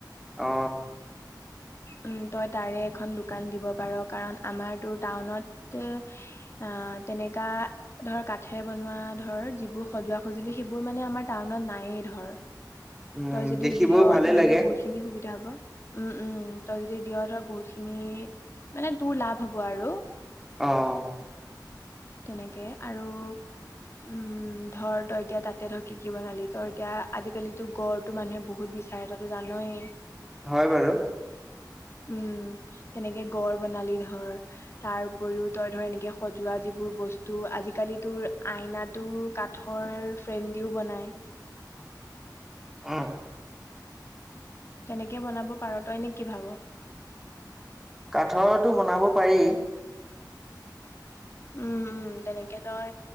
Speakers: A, in the centre; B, on the left.
A: অ।
B: উম তই তাৰে এখন দোকান দিব পাৰ কাৰণ আমাৰ তোৰ টাউনত অ তেনেকা ধৰ কাঠেৰে বনোৱা ধৰ যিবোৰ সজোৱা সজুলি সেইবোৰ বোৰ মানে আমাৰ টাউনত নাই ধৰ।
A: উম
B: তই যদি
A: দেখিবও
B: দিওঁ
A: ভালে
B: তেনেহ'লে
A: লাগে
B: বহুতখিনি সুবিধা হ'ব, উম উম তই যদি দিওঁ ধৰ বহুতখিনি, মানে তোৰ লাভ হ'ব আৰু।
A: অ'।
B: তেনেকে আৰু উম ধৰ তই এতিয়া তাত তে ধৰ কি কি বনালি, তই এতিয়া আজিকালিতো গড়তো মানুহে বহুত বিচাৰে তইতো জানয়ে।
A: হয় বাৰু।
B: উম তেনেকে গড় বনালি ধৰ, তাৰ উপৰিও তই ধৰ এনেকে সজোৱা যিবোৰ বস্তু আজিকালি তোৰ আইনা তো কাঠৰ ফ্ৰেম দিও বনায়,
A: উম।
B: তেনেকে বনাব পাৰো, তই নে কি ভাব?
A: কাঠৰটো বনাব পাৰি।
B: উম উম তেনেকে তই